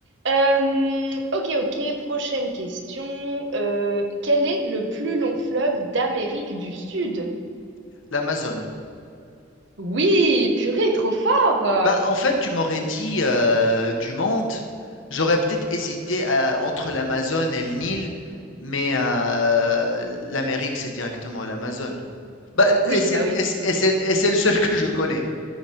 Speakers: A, on the right; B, on the left.
A: Euh, ok, ok, prochaine question. Euh, quel est le plus long fleuve d'Amérique du Sud?
B: L'Amazone.
A: Oui, purée, trop fort. Euh,
B: Bah, en fait, tu m'aurais dit, heu, du monde, j'aurais peut-être hésité à entre l'Amazone et le Nil, mais, heu, l'Amérique, c'est directement l'Amazone. Bah,
A: Oui,
B: et c'est
A: bah oui,
B: et
A: forcément.
B: c'est et c'est et c'est le seul que je connais.